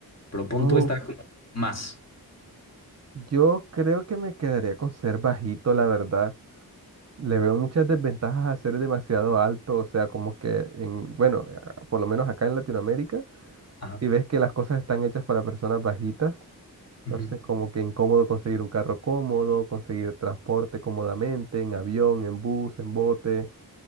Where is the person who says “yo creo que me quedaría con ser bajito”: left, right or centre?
Right